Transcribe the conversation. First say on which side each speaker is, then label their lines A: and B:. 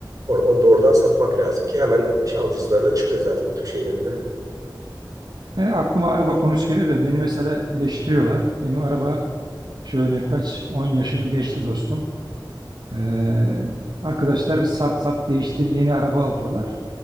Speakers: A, on the right; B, on the right.
A: or- onu da oradan satmak lazım ki hemen alıcıları da çıkıyor zaten o tip şeylerinde.
B: Yani aklıma araba konusu geliyor da beni mesela eleştiriyorlar. Benim araba şöyle kaç 10 yaşını geçti dostum. Ee, arkadaşlar sat sat değiştir yeni araba al diyorlar.